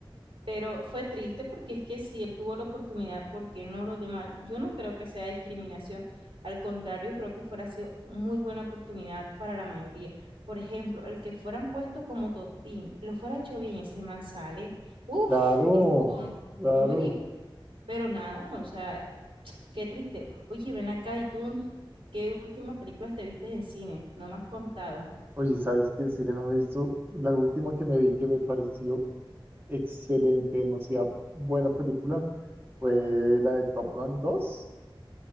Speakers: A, on the right; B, on the right.
A: Pero fue triste porque es que si él tuvo la oportunidad, ¿por qué no los demás? Yo no creo que sea discriminación. Al contrario, creo que fuera sido muy buena oportunidad para la mayoría. Por ejemplo, el que fueran puesto como Totín, lo fuera hecho bien, ese man sale. Uf,
B: Claro,
A: es ton-
B: claro.
A: muy Pero nada, o sea, qué triste. Oye, ven acá, ¿y tú qué últimas películas te viste en cine? No me has contado.
B: Oye, ¿sabes qué? En serio no me he visto la última que me vi que me pareció excelente, demasiado buena película, fue la de Top Gun dos.